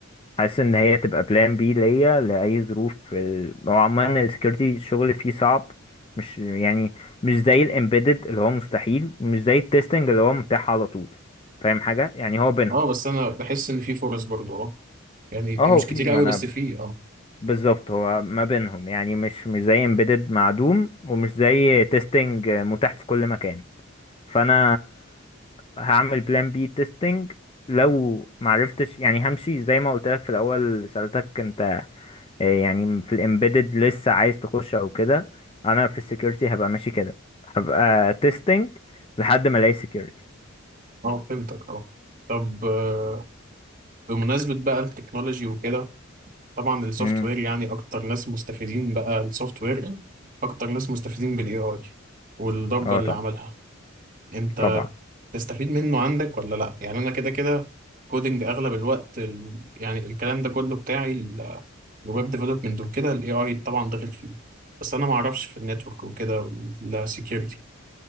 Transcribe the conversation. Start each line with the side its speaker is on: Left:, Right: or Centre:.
Left: حاسس ان هي تبقى بلان بي ليا لاي ظروف في ال- هو عموما السكيورتي الشغل فيه صعب مش يعني مش زي الامبيدد اللي هو مستحيل ومش زي التيستنج اللي هو متاح على طول فاهم حاجة يعني هو بينهم
Right: اه بس انا بحس ان في فرص برضو اه يعني
Left: اه
Right: مش
Left: هو في
Right: كتير
Left: ما
Right: قوي
Left: انا
Right: بس في اه
Left: بالظبط هو ما بينهم يعني مش مش زي امبيدد معدوم ومش زي تيستنج متاح في كل مكان فانا هعمل بلان بي تيستنج لو معرفتش يعني همشي زي ما قلت لك في الاول سألتك انت آه، يعني في الامبيدد لسه عايز تخش او كده انا في السكيورتي هبقى ماشي كده هبقى تيستنج لحد ما الاقي سكيورتي
Right: اه فهمتك اه طب آه، بمناسبة بقى التكنولوجي وكده طبعا السوفت
Left: امم
Right: وير يعني أكتر ناس مستفيدين بقى السوفت وير أكتر ناس مستفيدين بال AI والضجة
Left: اه
Right: اللي
Left: طبعا
Right: عملها أنت
Left: طبعا
Right: تستفيد منه عندك ولا لأ يعني أنا كده كده كودينج أغلب الوقت ال... يعني الكلام ده كله بتاعي ال- الويب ديفلوبمنت وكده ال AI طبعا داخل فيه بس أنا معرفش في النتورك وكده والسكيورتي